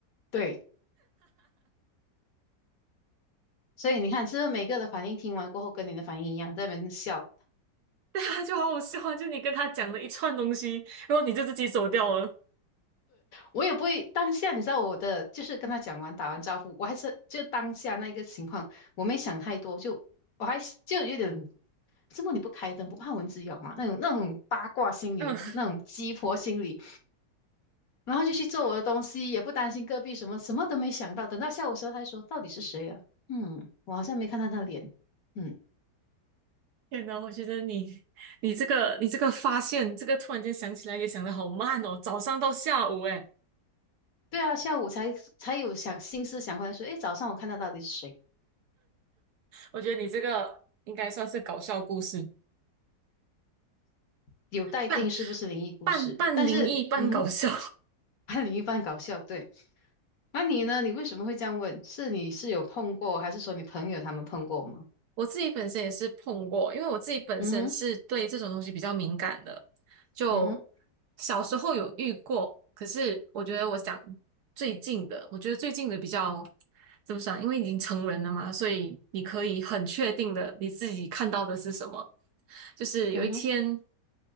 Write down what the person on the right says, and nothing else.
<laughs> 对啊，就好好笑啊！就你跟他讲了一串东西，然后你就自己走掉了。
嗯。
天呐，我觉得你你这个你这个发现，这个突然间想起来也想得好慢哦，早上到下午哎，
我觉得你这个应该算是搞笑故事，
半半半灵异半搞笑。
我自己本身也是碰过，因为我自己本身是对这种东西比较敏感的，
就
小时候有遇过，可是我觉得我想最近的，我觉得最近的比较怎么讲？因为已经成人了嘛，所以你可以很确定的你自己看到的是什么。就是有一天